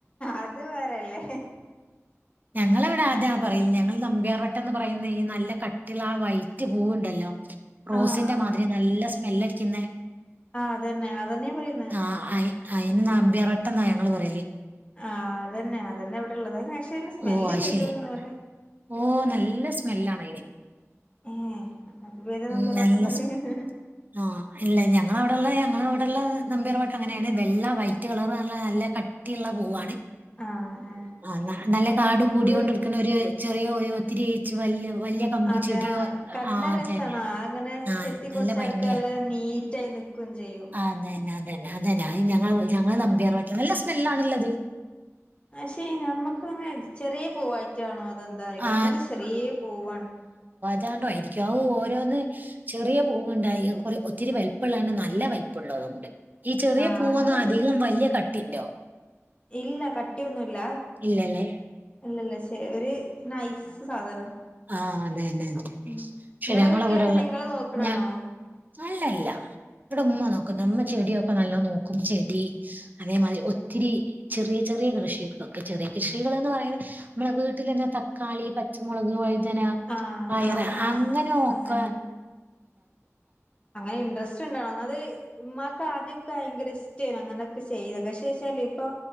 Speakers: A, on the left; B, on the right.
A: അത് വേറെല്ലേ
B: ഞങ്ങളവടെ അതാ പറയുന്നെ ഞങ്ങൾ നമ്പ്യാർവട്ടന്ന് പറയുന്നെ ഈ നല്ല കട്ടിള്ള ആ വൈറ്റ് പൂവ്ണ്ടല്ലോ റോസിന്റെ
A: ആഹ് ആഹ്
B: മാതിരി നല്ല സ്മെല്ലടിക്കുന്നേ
A: ആഹ് അതന്നെ അതന്നെയാ പറയുന്നേ
B: ആ അഴി അയിന് നമ്പ്യാർ വട്ടം ന്നാ ഞങ്ങള് പറയല്
A: ആ അതന്നെ അതന്നെ ഇവടെള്ളത് അയ്ന് പക്ഷേ അയ്ന് സ്മെല്ല്
B: ഓ അത്
A: ഇല്ലല്ലോ
B: ശരി
A: <unintelligible>
B: ഓ നല്ല സ്മെല്ലാണ് അയിന്
A: ഏ അത് എത്
B: ഉം നല്ല
A: <unintelligible>
B: സ് ആ ഇല്ല ഞങ്ങള അവടള്ളെ ഞങ്ങളെ അവടള്ളെ നമ്പിയാർവട്ടം അങ്ങനെയാണ് വെള്ള വൈറ്റ് കളറ്ള്ള നല്ല ക ട്ടിള്ള പൂവാണ്
A: ആഹ്
B: ആ നല്ല കാട് കൂടിയോണ്ട്
A: ആഹ്
B: എടുക്ക്‌ന്ന ഒരു ചെറിയ ഒരു ത്തിരിയെചു വല്യ വല്യ കമ്പ്
A: അതെ
B: ചെടിയോ
A: ആ കണ്ട
B: ആ
A: രസാണ്
B: അതന്നെ
A: ആ അങ്ങനെ
B: ആ
A: ചെത്തി കൊടുത്ത
B: നല്ല ഭംഗിയാ
A: എടക്ക് നല്ല നീറ്റായി നിക്കും ചെയ്യും
B: അതന്നെ അതന്നെ അതന്നെ അ
A: പിന്നെ
B: ഞങ്ങള ഞങ്ങളെ നമ്പിയാർ
A: ആ
B: വട്ടം നല്ല സ്മെല്ലാണല്ലത്
A: പക്ഷെ നമ്മക്ക്‌ങ്ങ ചെറിയ പൂവായിട്ടാണോ അതെന്താ അറിയില്ല
B: ആ
A: ഞങ്ങൾത് ചെറ്യേ പൂവാണ്
B: താണ്ടോ ആയിരിക്കും അവ് ഓരോന്ന് ചെറിയ പൂവുണ്ടായി ഒര് ഒത്തിരി വൽപ്പള്ളാണ് നല്ല വൽപ്പള്ളതുണ്ട് ഈ ചെറിയ
A: ആ
B: പൂവൊന്നും
A: അങ്ങനൊക്കെണ്
B: അധികം വല്ല്യ കട്ടിണ്ടോ
A: ഇല്ല കട്ടിയൊന്നുല്ല
B: ഇല്ല ലെ
A: ഇല്ലല്ലെ ശെ ഒരു നൈസ് സാധനം
B: ആ അതന്നെ
A: ഉം
B: പക്ഷെ
A: ഇങ്ങളെ
B: ഞങ്ങളവിടെയുള്ള
A: വീട്ടില് എങ്ങനെ ഇങ്ങള് നോക്ക്ണാണോ
B: ഞാ അല്ലല്ല ഇവട ഉമ്മ നോക്കുന്ന മ്മ ചെടിയൊക്കെ നല്ലോ നോക്കും ചെടി അതേമാതിരി ഒത്തിരി ചെറിയ ചെറിയ കൃഷികളൊക്കെ ചെറിയ കൃഷികളന്ന് പറയുന്ന മ്മളെ വീട്ടിലന്നെ തക്കാളി പച്ചമുളക് വഴുതന
A: ആ
B: പയറ്
A: ആ
B: ഹങ്ങനെ
A: ആ
B: നോക്കാ
A: അങ്ങനെ അങ്ങനെ ഇൻട്രറസ്റ്റ് ഇണ്ടാവണം ഒന്നാമത് ഉമ്മാക്ക് ആദ്യ ഭയങ്കര ഇഷ്ടേനി അങ്ങനെക്കെ ചെയ്തത് പക്ഷെ ച്ചാല് ഇപ്പൊ